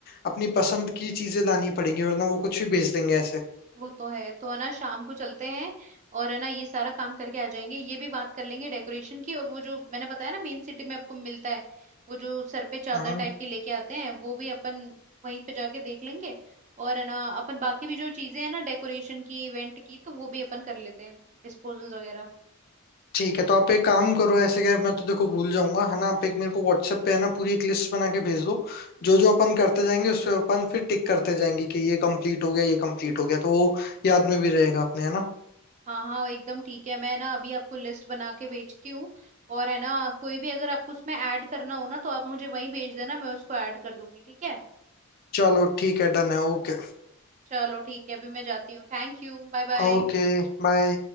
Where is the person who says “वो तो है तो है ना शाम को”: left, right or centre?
Right